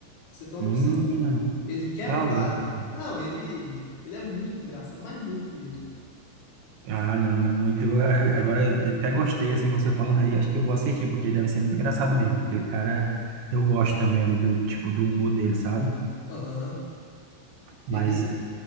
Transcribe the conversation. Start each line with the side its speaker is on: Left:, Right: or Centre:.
Left: você ter uma
Right: menino,
Left: noção. Ele quebra
Right: tá
Left: o cara.
Right: louco.
Left: Não, ele ele é muito engraçado, mas muito mesmo.
Right: Ah, não, é muito. a- Agora eu até gostei, assim, você falando aí. Acho que eu vou assistir, porque deve ser muito engraçado mesmo. Porque aquele cara, eu gosto também ali do tipo do humor dele, sabe?
Left: Aham. Ele
Right: Mas,